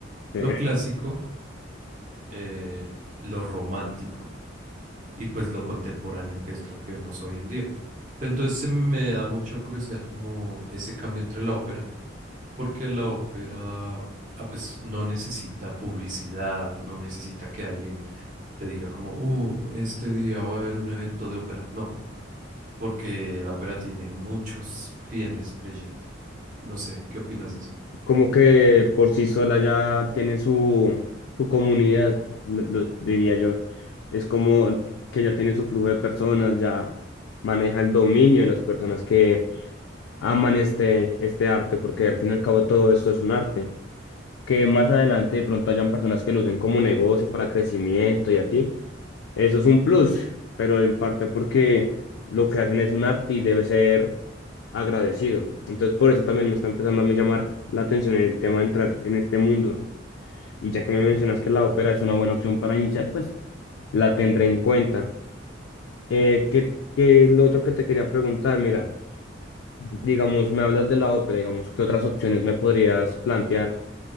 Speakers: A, on the left; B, on the right.
A: Eh,
B: lo clásico, eh, lo romántico y pues lo contemporáneo, que es lo que vemos hoy en día. Entonces se me da mucha curiosidad como ese cambio entre la ópera porque la ópera ah, pues, no necesita publicidad, no necesita que alguien te diga como, oh, este día va a haber un evento de ópera. No, porque la ópera tiene muchos fieles creyentes. No sé, ¿qué opinas de eso?
A: Como que por sí sola ya tiene su, su comunidad, lo, lo diría yo. Es como que ya tiene su flujo de personas, ya maneja el dominio de las personas que aman este, este arte, porque al fin y al cabo todo esto es un arte. Que más adelante de pronto hayan personas que lo usen como negocio para crecimiento y así. Eso es un plus, pero en parte porque lo que hacen es un arte y debe ser agradecido. Entonces por eso también me está empezando a mí llamar la atención el tema de entrar en este mundo. Y ya que me mencionas que la ópera es una buena opción para iniciar, pues la tendré en cuenta. Eh, ¿qué, qué es lo otro que te quería preguntar? Mira. Digamos, me hablas de la ópera, digamos, ¿qué otras opciones me podrías plantear?